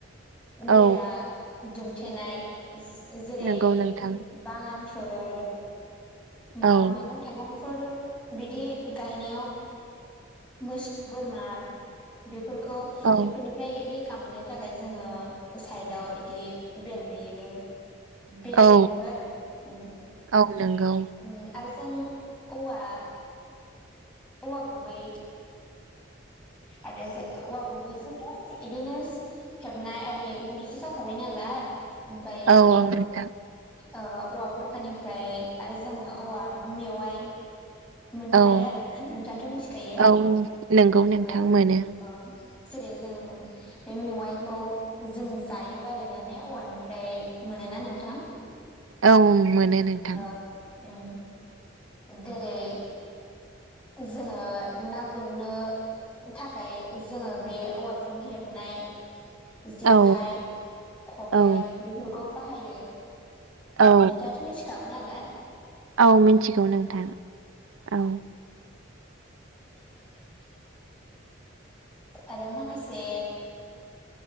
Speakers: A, on the right; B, in the centre.
A: औ
B: बेरा दुमथेनाय जेरै
A: नंगौ नोंथां
B: बागानफोर मा
A: औ
B: मैगं थाइगंफोर बिदि गायनायाव मोसौ बोरमा बेफोरखौ
A: औ
B: बेफोरनि ओम्राय रैखा मोननो थाखाय जोंङो साइदाव इदि बेरलयो बेरायहेबो
A: औ
B: उम
A: औ नंगौ
B: उम आरो जों औवा औवा गुबै आरो औवा गुबैजोंबो इदिनो खेबनाय आरि <unintelligible> जाखाबाय नालाय ओमफायो
A: औ औ नोंथां
B: ओ औवा बुरखानिफ्राय आरो जोंङो औवा मेवाइ मोननो
A: औ
B: हायो आरो ना नोंथांङाथ' मिथिखायो
A: औ नंगौ नोंथां
B: औ
A: मोनो
B: ओं जेरै जों बे मेवाइखौ जों जायो आरोना ने औवानिफ्राय मोनोना नोंथां
A: औ मोनो नोंथां
B: ओ उम जेरै जोङो ना गुरनो थाखाय जोङो बे औवाजोंनो हेबनाय जेखाइ
A: औ
B: खबाय
A: औ
B: बेफोरखौ बाहायो नोंथांङाथ'
A: औ
B: मिथिखागौ नालाय
A: औ मिथिगौ नोंथां औ
B: <inaudible> आरो माखासे